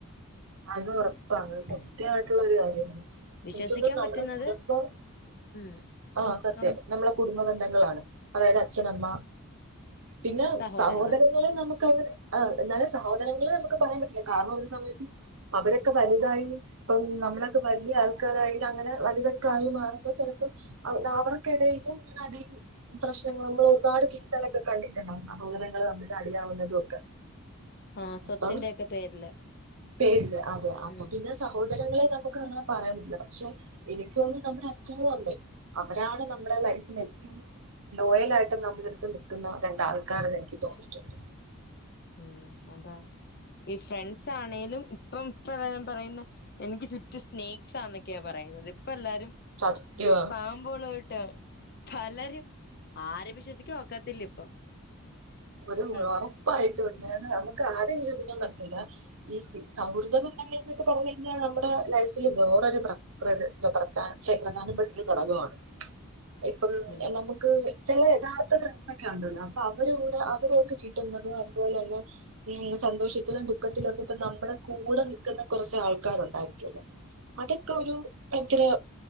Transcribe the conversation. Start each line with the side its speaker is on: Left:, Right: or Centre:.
Right: അത് ഉറപ്പാണ് സത്യയിട്ടുള്ള
Left: ഉം ഉം
Right: ഒരു കാര്യണ്
Left: വിശ്വസിക്കാൻ
Right: എനിക്കൊന്നും നമ്മുടെ
Left: പറ്റുന്നത്
Right: കുടുബംആ
Left: ഉം
Right: സത്യം
Left: ഉം
Right: നമ്മളെ കുടു ബന്ധങ്ങളാണ് അതായത് അച്ഛനമ്മ പിന്നെ
Left: സഹോദരങ്ങള്
Right: സഹോദരങ്ങളെ നമുക്ക് അങ്ങെ അഎന്നാലെ സഹോ <unintelligible> സഹോദരങ്ങൾ നമുക്ക് പറയാൻ പറ്റില്ല കാരണം ഒരു സമയത്ത് അവരൊക്കെ വലുതായി ഇപ്പം നമ്മളൊക്കെ വലിയ ആൾക്കാരായി അങ്ങനെ വലുതൊക്കെ ആയി മാറുമ്പോൾ ചിലപ്പോം അവർക്കി ടയിലും അടി പ്രശ്നങ്ങളും നമ്മൾ ഒരുപാട് കിച്ചളൊക്കെ കണ്ടിട്ടുണ്ട് സഹോദരങ്ങള്ൾ നമ്മിൽ അടിയാവുന്നതും ഒക്കെ
Left: ആഹ് സ്വത്തിന്റെക്കെ
Right: അപ്പം
Left: പേരില്
Right: പേരില് അതെ അപ്പൊ
Left: ഉം
Right: പിന്നെ സഹോദരങ്ങളെ നമുക്ക് അങ്ങനെ പറയാൻ പറ്റില്ല പക്ഷെ എനക്കോന്നും നമ്മുടെ അച്ഛനും അമ്മേ അവരാണ് നമ്മുടെ ലൈഫിൽ ഏറ്റവും ലോയല ആയിട്ട് നമ്മളെടുത്ത് നിക്കുന്ന രണ്ടാൾക്കാരന്ന് എനിക്ക് തോന്നിയിട്ടുണ്ട്
Left: ഉം അതാ ഈ ഫ്രണ്ട്സ് ആണെിലും ഇപ്പം ഇപ്പ പറയുന്ന എനിക്ക് ചുറ്റും സ്നേക്സ് സാന്നൊക്കെയാ പറയുന്നത് ഇപ്പ എല്ലാരും
Right: സത്യവാ
Left: പാമ്പ് ഒന്നും ഇല്ല - ഫലരും ആരെ വിശ്വസി ഒക്കത്തില്ല ഇപ്പൊ
Right: ഒരു
Left: ഉം
Right: ഉറപ്പായിട്ട്ണ്ട് അ നമുക്ക് ആരും - <unintelligible> സൗഹൃദങ്ങൾ എന്നൊക്കെ പറഞ്ഞ കഴിഞ്ഞാൽ നമ്മുടെ ലൈഫില് വേറൊരു പ്രത് <unintelligible> തൊടങ്ങുവാണു ഇപ്പം
Left: ഉം
Right: നമുക്ക് ചില യഥാർത്ഥ ഫ്രണ്ട്സ് ഒക്കെ ഉണ്ടല്ലോ അപ്പൊ അവര്- അവരെയൊക്കെ കിട്ടുന്നതും അതുപോലെല്ലെ സന്തോഷത്തിലും ദുഃഖത്തിലുംക്കെ ഇപ്പ നമ്മുടെ കൂടെ നക്കുന്ന കുറച്ച് ആൾക്കാർ ഉണ്ടായിരിക്കല്ലോ അതൊക്കെ ഒരു എനിക്കൊരു